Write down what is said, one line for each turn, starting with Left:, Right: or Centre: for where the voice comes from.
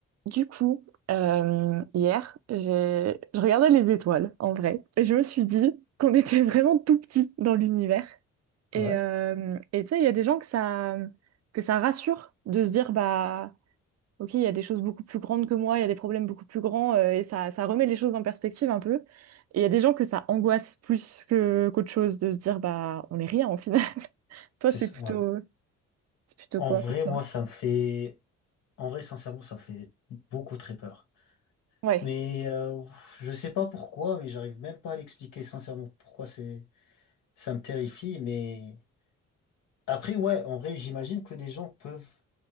Right: Du coup, euh, hier, j'ai- je regardais les étoiles, en vrai, et je me suis dit qu'on était <laughs> vraiment tout petit dans l'univers. Et
Left: Ouais,
Right: euh, et tu sais, il y a des gens que ça, que ça rassure de se dire, bah, ok, il y a des choses beaucoup plus grandes que moi, il y a des problèmes beaucoup plus grands, euh, et ça, ça remet les choses en perspective un peu. Et il y a des gens que ça angoisse plus que qu'autre chose de se dire, bah, on est rien en final. <laughs> Toi,
Left: c'est
Right: c'est
Left: ça,
Right: plutôt,
Left: ouais.
Right: c'est plutôt
Left: En
Right: quoi
Left: vrai,
Right: pour toi?
Left: moi, ça me fait... En vrai, sincèrement, ça me fait beaucoup très peur.
Right: Ouais,
Left: Mais euh, je sais pas pourquoi, mais j'arrive même pas à l'expliquer sincèrement pourquoi c'est... ça me terrifie. Mais après, ouais, en vrai, j'imagine que des gens peuvent